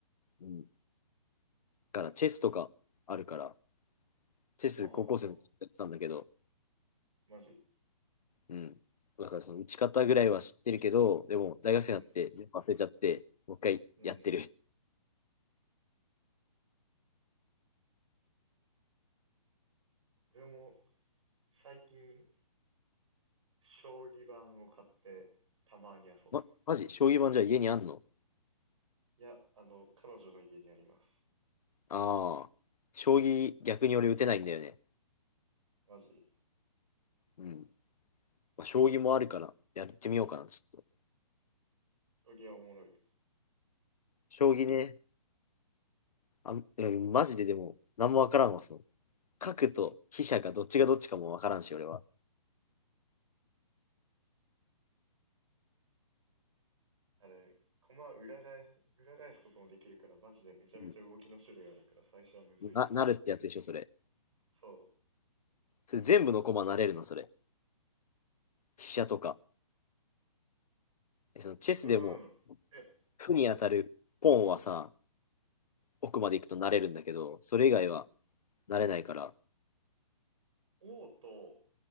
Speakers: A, on the left (about 85°); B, on the right (about 55°).
A: うん。だからチェスとかあるから、チェス高校生の時やってたんだけど、
B: はははは。マジ。
A: うん。だからその打ち方ぐらいは知ってるけど、でも大学生になって全部忘れちゃって、
B: うん。
A: もう一回やってる。
B: うん。俺も最近将棋盤を買ってたまに遊んでる。
A: ま、マジ将棋盤じゃあ家にあんの
B: いや、あの、彼女の家にあります。
A: ああ、将棋逆に俺打てないんだよね。
B: マジ。
A: うん。まあ、将棋もあるからやってみようかな、ちょっと。
B: 将棋はおもろいよ。
A: 将棋ね、あ、え、マジででも、何もわからんわ、その。核と飛車がどっちがどっちかもわからんし、俺は。
B: あれ、駒裏返裏返すこともできるから、マジでめちゃめちゃ動きの種類あるから、
A: うん
B: 最初はむずいよな。
A: な、なるってやつでしょ、それ。
B: そ
A: それ全部の駒なれるの、それ。飛車とか。えそのチェスでも、
B: う。うん。え、
A: 負に当たるポンはさ、奥まで行くとなれるんだけど、それ以外は
B: うん。
A: なれないから。
B: 王と